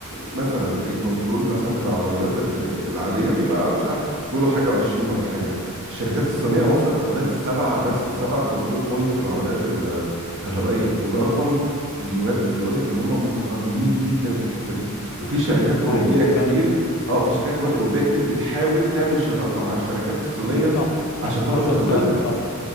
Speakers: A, on the right (about 60°); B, on the left (about 85°).
A: مثلا الكنترول مثلا بتاع العربيات ال- العادية بيبقى مش عارف بيقولوا حاجة وعشرين ولا حاجة الشركات الصينية وصلت لغاية سبعة بس سبعة كنترول بوينت في العربيات ال- الكهربائية وده رقم بيود بيقول لك ان هم متقدمين جدا في الحتة دي وفي شركات اوروبية
B: هي
A: كتير
B: فعلا
A: اه في شركات كمان اوروبية كتير بتحاول تعمل شراكة مع الشركات الصينية
B: صح
A: عشان
B: <laughs>
A: تاخد
B: حصل
A: من خبرتها
B: فعلا اه